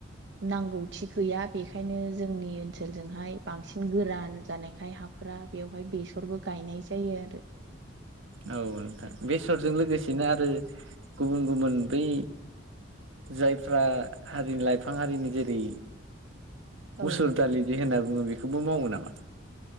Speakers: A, on the right (about 65°); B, on the right (about 85°).
A: नांगौथि गैया बेखायनो जोंनि ओनसोलजोंहाय बांसिन गोरान जानायखाय हा फोरा बेवहाय बेसरबो गायनाय जायो आरो।
B: औ नोंथां बेसरजों लोगोसेनो आरो गुबुन गुबुन बै जायफ्रा हारिनि लाइफां हारिनि जेरै
A: औ
B: मुसुर दालि जे होनना बुङो बेखौबो मावो नामा?